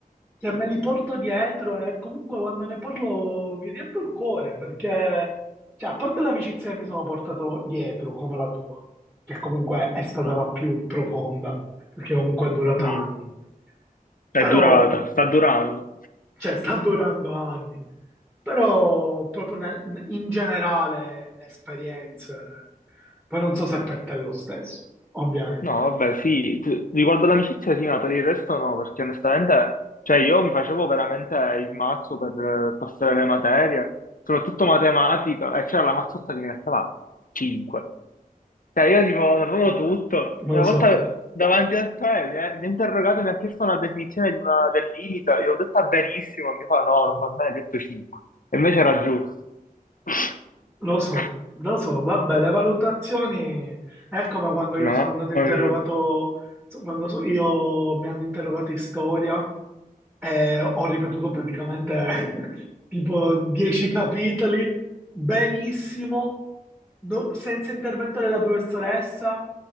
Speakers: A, in the centre; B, on the left.
A: che me li porto dietro e comunque quando ne parlo mi riempio il cuore perché, cioè, a parte l'amicizia che mi sono portato dietro, come la tua, che comunque è stata la più profonda, perché comunque è durata
B: Mm.
A: anni,
B: È
A: però,
B: durata, sta durando.
A: cioè, sta durando anni, però proprio nel- in generale le esperienze, poi non so se per te è lo stesso, ovviamente,
B: No, vabbè, sì, t- riguardo l'amicizia sì, ma per il resto no, perché onestamente, cioè io mi facevo veramente il mazzo per eh, passare le materie, soprattutto matematica, e c'era la mazzotta che mi metteva 5. Cioè, io tipo sapevo tutto.
A: non
B: Una
A: lo so.
B: volta davanti a te mi ha mi ha interrogato e mi ha chiesto una definizione di una- del limite. Io ho detto "Ah, benissimo, mi fa no, non va bene, ho detto 5. E invece era giusto. <laughs>
A: Lo so, lo so, vabbè, le valutazioni è come quando io
B: Mamma
A: sono andato interrogato,
B: mia.
A: so- quando so- io mi hanno interrogato in storia eh, ho ripetuto praticamente <laughs> tipo 10 capitoli, benissimo, no- senza intervento della professoressa.